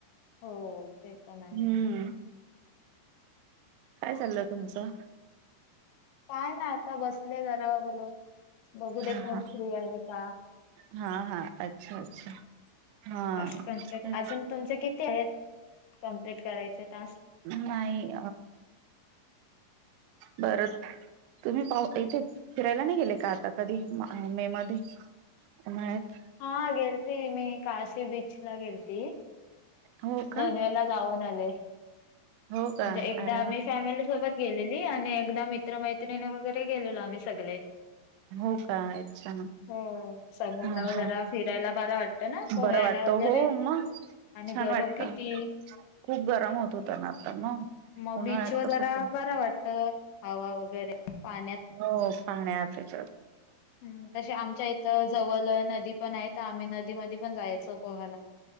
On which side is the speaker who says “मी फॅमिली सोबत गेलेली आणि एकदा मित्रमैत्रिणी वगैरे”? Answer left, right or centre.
Left